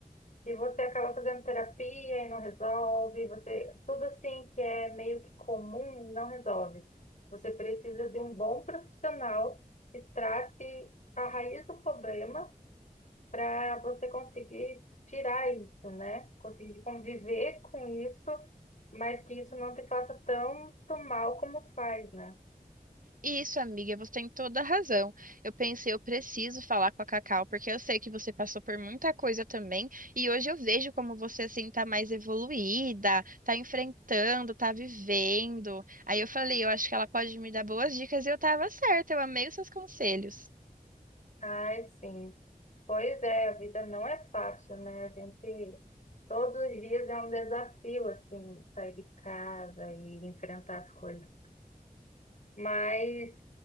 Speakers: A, on the left; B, on the right.
A: E você acaba fazendo terapia e não resolve, você, tudo assim que é meio que comum não resolve. Você precisa de um bom profissional que trate a raiz do problema para você conseguir tirar isso, né? Conseguir conviver com isso, mas que isso não te faça tanto mal como faz, né?
B: Isso, amiga, você tem toda a razão. Eu pensei, eu preciso falar com a Cacau, porque eu sei que você passou por muita coisa também, e hoje eu vejo como você assim tá mais evoluída, tá enfrentando, tá vivendo. Aí eu falei, eu acho que ela pode me dar boas dicas e eu tava certa, eu amei os seus conselhos.
A: Ai, sim. Pois é, a vida não é fácil, né? A gente, todos os dias é um desafio, assim, sair de casa e enfrentar as coisas. Mas,